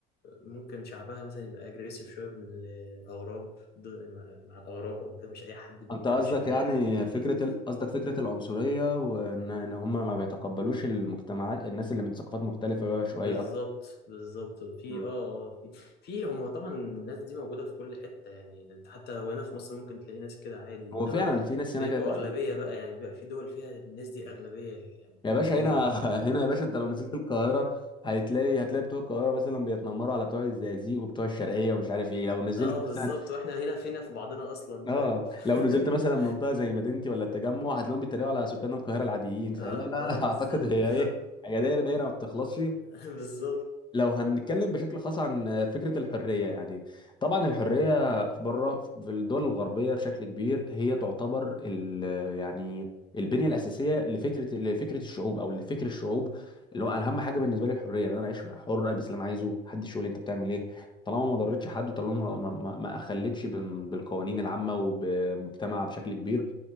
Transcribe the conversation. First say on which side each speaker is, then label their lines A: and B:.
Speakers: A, on the left; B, on the left.
A: ممكن شعبها مثلا يبقى أجريسيف شوية من الأغراب ضد- مع مع الأغراب أو كده مش أي حد بيتعاملش
B: انت قصدك
A: مع
B: يعني
A: أي حد حلو
B: فكره ال... قصدك فكره العنصريه وان ان هم ما بيتقبلوش المجتمعات الناس اللي من ثقافات مختلفه بقى شويه
A: بالظبط بالظبط في
B: مم.
A: اه آه، في في هم طبعا الناس دي موجوده في كل حته يعني انت حتى لو هنا في مصر ممكن تلاقي ناس كده عادي انما
B: هو فعلا في ناس
A: بيبقوا
B: هنا كده فعلا
A: اغلبيه بقى يعني بيبقى في دول فيها الناس دي اغلبيه يعني بيبقوا
B: يا باشا
A: كتير
B: هنا <laughs> هنا يا باشا انت لو نزلت القاهرة هتلاقي هتلاقي بتوع القاهرة مثلا بيتنمروا على بتوع الزقازيق وبتوع الشرقية ومش عارف ايه لو نزلت
A: اه
B: مثلا
A: بالظبط واحنا هنا فينا في بعضنا اصلا فاهم
B: اه لو
A: <laughs>
B: نزلت مثلا منطقة زي مدينتي ولا التجمع هتلاقيهم بيتريقوا على سكان القاهرة العاديين
A: اه
B: فلا لا
A: اه بالظبط
B: <laughs> اعتقد هي ايه هي دايرة دايرة ما بتخلصش
A: <laughs> بالظبط
B: لو هنتكلم بشكل خاص عن فكرة الحرية يعني طبعا الحرية بره في الدول الغربية بشكل كبير هي تعتبر ال يعني البنية الأساسية لفكرة لفكرة الشعوب أو لفكر الشعوب اللي هو أنا أهم حاجة بالنسبة لي الحرية إن أنا أعيش حر ألبس اللي أنا عايزه محدش يقول لي أنت بتعمل إيه طالما ما ضرتش حد وطالما ما, ما, ما أخلتش بال- بالقوانين العامة وبمجتمع بشكل كبير